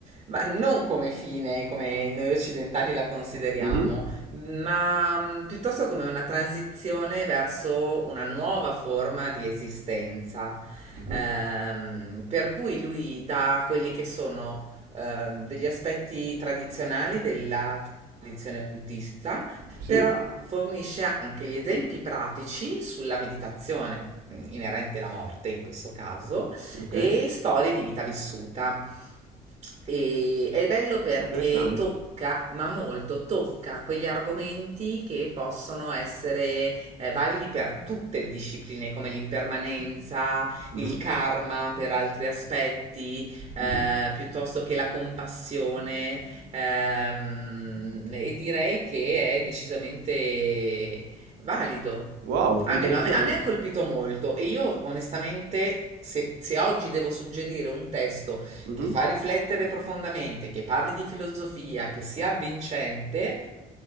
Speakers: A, on the right; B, on the right.
A: Ma non come fine, come noi occidentali la consideriamo,
B: mhm,
A: ma mh, piuttosto come una transizione verso una nuova forma di esistenza.
B: mhm.
A: Ehm, per cui lui dà quelli che sono ehm, degli aspetti tradizionali della tradizione buddista,
B: Sì,
A: però fornisce anche gli esempi pratici sulla meditazione mh, inerente alla morte in questo caso
B: ok,
A: e storie di vita vissuta. E, è bello perché
B: interessante.
A: tocca, ma molto tocca quegli argomenti che possono essere eh, validi per tutte le discipline, come l'impermanenza,
B: Mhm,
A: il karma per altri aspetti, eh,
B: mhm.
A: piuttosto che la compassione ehm, e direi che è decisamente valido.
B: Wow,
A: Almeno
B: interessante.
A: a me, a me ha colpito molto e io onestamente se, se oggi devo suggerire un testo
B: Mhm.
A: che fa riflettere profondamente, che parli di filosofia, che sia avvincente,